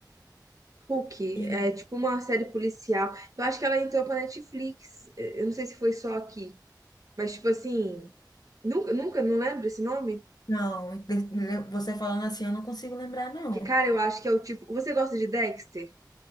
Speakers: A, on the right (about 50°); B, on the left (about 60°).
A: Hook
B: E,
A: é tipo uma série policial. Eu acho que ela entrou pra Netflix. Eu não sei se foi só aqui. Mas, tipo assim, nunca, nunca, não lembro esse nome?
B: não, de- le- você falando assim, eu não consigo lembrar, não.
A: Que, cara, eu acho que é o tipo. Você gosta de Dexter?